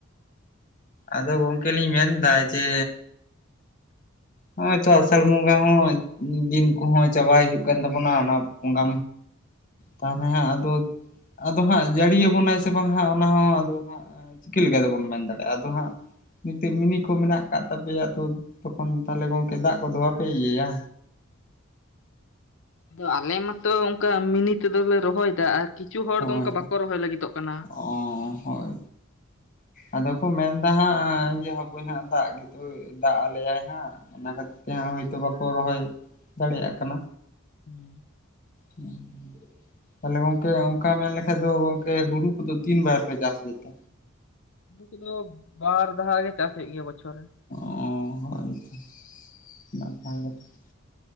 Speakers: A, on the left; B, on the left.
A: ᱟᱫᱚ ᱜᱚᱝᱠᱮ ᱞᱤᱧ ᱢᱮᱱᱫᱟ ᱡᱮ ᱱᱦᱜᱚᱭ ᱛᱚ ᱟᱥᱟᱲ ᱵᱚᱸᱜᱟ ᱦᱚᱸ ᱫᱤᱱ ᱠᱚᱦᱚᱸ ᱪᱟᱵᱟᱭ ᱦᱤᱡᱩᱜ ᱠᱟᱱ ᱛᱟᱵᱚᱱᱟ ᱚᱱᱟ ᱵᱚᱸᱜᱟ
B: <unintelligible>
A: ᱛᱟᱦᱚᱞᱮ ᱦᱟᱸᱜ ᱟᱫᱚ ᱟᱫᱚ ᱦᱟᱸᱜ ᱡᱟᱹᱲᱤᱭ ᱟᱵᱚᱱᱟᱭ ᱥᱮ ᱵᱟᱝ ᱦᱟᱸᱜ ᱚᱱᱟ ᱦᱚᱸ ᱟᱫᱚ ᱦᱟᱸᱜ ᱪᱤᱠᱟ ᱞᱮᱠᱟ ᱛᱮᱵᱚᱱ ᱢᱮᱱ ᱫᱟᱲᱮᱜ-ᱟ ᱟᱫᱚ ᱦᱟᱸᱜ ᱱᱤᱛᱟᱹᱜ ᱢᱤᱱᱤ ᱠᱚ ᱢᱮᱱᱟᱜ ᱠᱟᱜ ᱛᱟᱯᱮᱭᱟ ᱛᱚ ᱛᱚᱠᱷᱚᱱ ᱛᱟᱞᱦᱮ ᱜᱚᱢᱠᱮ ᱫᱟᱜ ᱠᱚᱫᱚ ᱵᱟᱯᱮ ᱤᱭᱟᱹᱭᱟ
B: ᱟᱫᱚ ᱟᱞᱮ ᱢᱟᱛᱚ ᱚᱝᱠᱟ ᱢᱤᱱᱤ ᱛᱮᱫᱚᱞᱮ ᱨᱚᱦᱚᱭ ᱮᱫᱟ ᱟᱨ ᱠᱤᱪᱷᱩ ᱦᱚᱲ
A: ᱦᱳᱭ
B: ᱫᱚ ᱚᱝᱠᱟ ᱵᱟᱠᱚ ᱨᱚᱦᱚᱭ ᱞᱟᱹᱜᱤᱫᱚᱜ ᱠᱟᱱᱟ᱾ <unintelligible>
A: ᱚ ᱦᱳᱭ ᱟᱫᱚ ᱠᱚ ᱢᱮᱱ ᱫᱟ ᱦᱟᱸᱜ ᱡᱮ ᱦᱟᱯᱳᱭ ᱱᱟᱦᱟᱸᱜ ᱫᱟᱜ ᱜᱮᱛᱚ ᱫᱟᱜ ᱟᱞᱮᱭᱟᱭ ᱦᱟᱸᱜ᱾ ᱚᱱᱟ ᱠᱷᱟᱹᱛᱤᱨ ᱛᱮ ᱦᱟᱸᱜ ᱦᱳᱭᱛᱳ ᱵᱟᱠᱚ ᱨᱚᱦᱚᱭ ᱫᱟᱲᱮᱭᱟᱜ ᱠᱟᱱᱟ᱾
B: ᱦᱩᱸ᱾
A: ᱦᱮᱸ᱾ ᱛᱟᱦᱚᱞᱮ ᱜᱚᱝᱠᱮ ᱚᱝᱠᱟ ᱢᱮᱱ ᱞᱮᱠᱷᱟᱡ ᱫᱚ ᱜᱚᱝᱠᱮ ᱦᱩᱲᱩ ᱠᱚᱫᱚ ᱛᱤᱱ ᱵᱟᱨ ᱯᱮ ᱪᱟᱥ ᱜᱮᱛᱮ?
B: ᱦᱩᱲᱩ ᱠᱚᱫᱚ ᱵᱟᱨ ᱫᱷᱟᱣ ᱜᱮ ᱪᱟᱥ ᱦᱩᱭᱩᱜ ᱜᱮᱭᱟ ᱵᱚᱪᱷᱚᱨ ᱨᱮ᱾
A: <unintelligible>